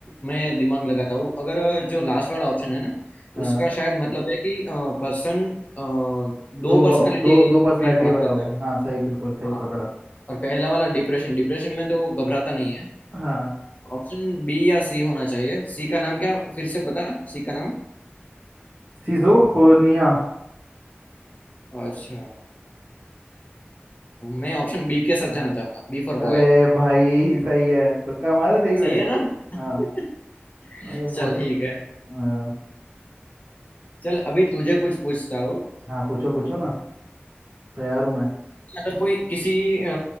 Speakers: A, on the left; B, on the right.
A: मैं दिमाग लगाता हूँ अगर जो लास्ट वाला ऑप्शन है ना
B: हाँ
A: उसका शायद मतलब है कि पर्सन दो
B: दो
A: पर्सनालिटी
B: व- दो दो पर्सनैलिटी
A: में बात
B: वाला
A: करता
B: हो गया
A: है
B: हाँ सही बिल्कुल सही
A: हाँ
B: पकड़ा
A: और पहला वाला डिप्रेशन डिप्रेशन में तो घबराता नहीं है
B: हाँ
A: ऑप्शन बी या सी होना चाहिए सी का नाम क्या फिर से बता सी का नाम
B: सिजोफ्रेनिया
A: अच्छा मैं ऑप्शन बी के साथ जाना चाहूंगा बी फॉर
B: अरे
A: बॉय
B: भाई सही है तुक्का मारा सही में
A: सही है ना <laughs>
B: हाँ अरे बहुत
A: चल ठीक है
B: हाँ
A: चल अभी तुझे कुछ पूछता हूँ
B: हाँ, पूछो पूछो ना तैयार हूँ मैं
A: अगर कोई किसी अ,